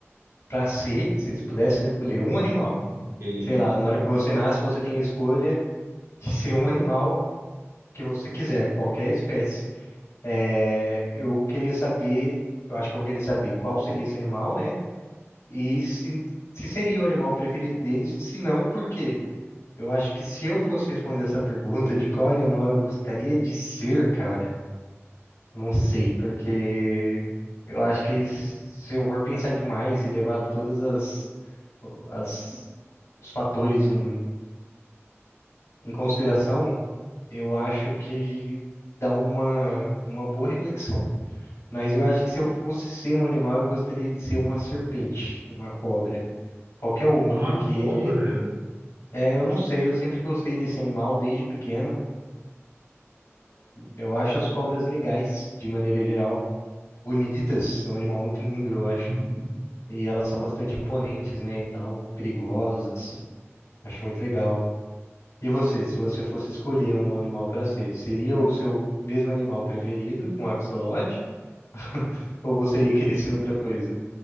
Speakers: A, on the left; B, on the right.
A: para ser, se eles pudessem escolher um animal,
B: Ok.
A: sei lá, na hora que você nasce, você tem a escolha de ser um animal que você quiser, qualquer espécie. É, eu queria saber, eu acho que eu vou querer saber qual seria esse animal, né? E se, se seria o animal preferido deles e se não, por quê? Eu acho que se eu fosse responder essa pergunta de qual animal eu gostaria de ser, cara, não sei, porque eu acho que se eu for pensar demais e levar todas as, as os fatores em, em consideração, eu acho que dá uma, uma boa reflexão. Mas eu acho que se eu fosse ser um animal, eu gostaria de ser uma serpente, uma cobra, qualquer uma,
B: Uma
A: porque
B: cobra?
A: É, eu não sei, eu sempre gostei desse animal desde pequeno. Eu acho as cobras legais, de maneira geral. Bonitas, é um animal muito lindo, eu acho.
B: Uhum.
A: E elas são bastante imponentes, né, e tal, perigosas. Acho muito legal. E você, se você fosse escolher um animal para ser, seria o seu mesmo animal preferido, um axolote? <laughs> Ou você ia querer ser outra coisa?